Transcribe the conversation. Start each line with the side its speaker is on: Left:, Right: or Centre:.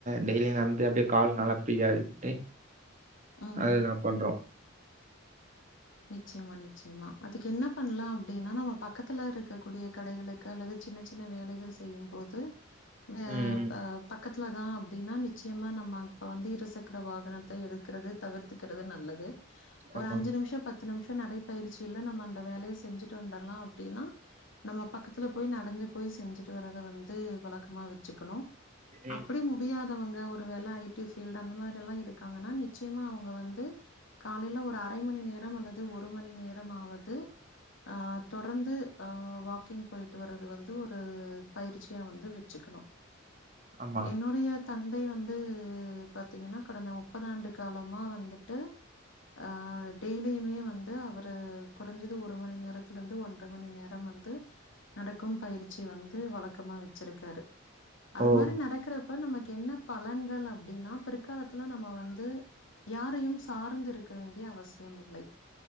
Right: டெய்லி நடந்து அப்டியே கால் நல்லா ஃப்ரீயா அக்கிட்டு
Left: ம்.
Right: அது நா பண்றோ
Left: நிச்சயமா நிச்சயமா அதுக்கு என்ன பண்லா அப்டின்னா நம்ம பக்கத்துல இருக்கக் கூடிய கடைகளுக்கு அல்லது சின்னச் சின்ன வேலைக்கு கள் செய்யும் போது து ஆ
Right: ம் ம்
Left: ப பக் பக்கத்துலதா அப்டின்னா நிச்சயமா நம்ம அ வந்து இருசக்கர வாகனத்தை எடுக்கறது தவிர்த்துக்கிறது நல்லது ஒரு
Right: ஆமா
Left: அஞ்சு நிமிஷ் பத் பத்து நிம்ஷ நடைப்பயிற்சில்ல நம்ம அந்த வேலைய செஞ்சுட்டு வந்துடலா அப் டின்னா நம்ம பக்கத்துல போய் நடந்து போய் செஞ்சுட்டு வரத வந்து வழக்க மா வச்சுக்கணு
Right: ம்
Left: அப்படி
Right: ம்.
Left: முடியாதவங்க ஒரு வேலை ஐ டி ஃபீல் அந்த மாரில்லா இருக்காங்கன்னா நிச்சயமா அவங்க வந்து காலைல ஒரு அரை மணி நேரம் அல்லது து ஒரு மணி நேரமாவது அ தொடந்து ஆ வாக்கிங் போயிட்டு வரத் து வந்து ஒரு பயிற்சியா வந்து வெச்சுக்கணு.
Right: ஆமா
Left: என்னுடையத் தந்தை வந்து பாத்தீங்கன்னா கடந்த முப்பது ஆண்டு காலமா வந்துட்டு ஹ டெய்லிமே வ ந்து அவர் ரு குறஞ்சது ஒரு மணி நேர் ரத்திலேந்து ஒன்ற மணி நேரம் வந்து நடக்கும் பயிற்சி வந்து வழக்கமா வச்சிருக்காரு. அது
Right: ஓ
Left: மாரி நடக்றப்ப நமக் என்ன பலன்கள் அப்டின்னா பிற்காலத்துல நம்ம வந்து யாரையும் சார்ந்து இருக்க வேண்டிய அவசியம் இல்லை.